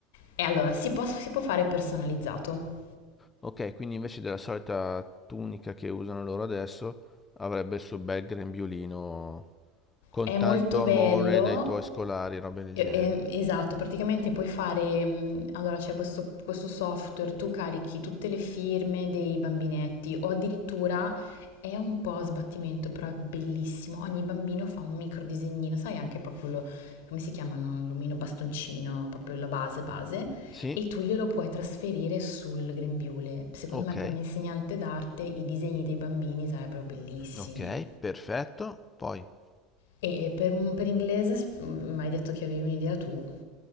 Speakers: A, on the left; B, on the left.
A: E allora, si può si può fare personalizzato.
B: Ok, quindi invece della solita tunica che usano loro adesso, avrebbe il suo bel grembiulino con
A: È molto
B: tanto
A: bello
B: amore dai tuoi scolari, robe del
A: E-
B: genere.
A: e- Esatto, praticamente puoi fare, mh, allora c'è questo, questo software, tu carichi tutte le firme dei bambinetti o addirittura è un po' a sbattimento, però è bellissimo, ogni bambino fa un micro disegnino, sai anche proprio, lo- come si chiamano, l'omino bastoncino, proprio la base base,
B: Sì,
A: e tu glielo puoi trasferire sul grembiule. Secondo
B: ok,
A: me per un insegnante d'arte i disegni dei bambini sarebbero bellissimi.
B: ok, perfetto. Poi <laughs>
A: E e per, per inglese, mi hai detto che avevi un'idea tu?